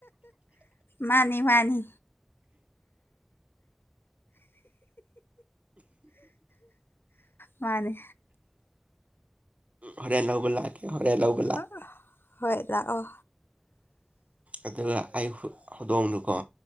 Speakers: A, on the left (about 60°); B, on the right (about 35°).
A: ꯃꯥꯅꯤ ꯃꯥꯅꯤ ꯃꯥꯅꯦ
B: ꯍꯔꯦꯜ ꯂꯧꯕ ꯂꯥꯛꯀꯦ ꯍꯔꯦꯜꯂꯧꯕ
A: ꯍ ꯍꯣꯏ ꯂꯥꯛ ꯑꯣ
B: ꯑꯗꯨꯒ ꯑꯩ ꯍꯧꯗꯣꯡꯗꯨꯀꯣ